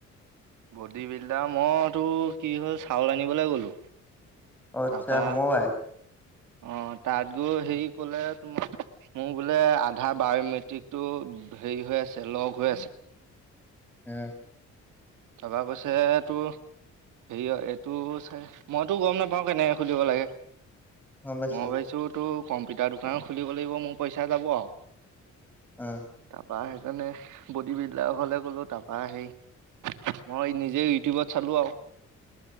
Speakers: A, on the right; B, in the centre.
A: বডী বিল্ডাৰ, মইতো কি হ'ল চাউল আনিবলৈ গ'লো।
B: অ আচ্ছা
A: তাৰপা,
B: সমবায়
A: অ' তাত গৈ হেৰি ক'লে তোমাক মোৰ বোলে আধাৰ বায়মেট্ৰিকটো হেৰি হৈ আছে লক হৈ আছে।
B: উম।
A: তাৰপৰা কৈছে তোৰ হেৰিয় এইটো চাই মইতো গ'ম নাপাওঁ কেনেকৈ খুলিব লাগে।
B: গম পাইছো
A: মই ভাবিছোঁ তোৰ কম্পিউটাৰ দোকান খুলিব লাগিব মোৰ পইচা যাব আৰু।
B: অ'।
A: তাৰপৰা সেইকাৰণে বডী বিল্ডাৰৰ ঘৰলে গ'লোঁ। তাৰপৰা সেই মই নিজেই ইউটিউবত চালো আৰু।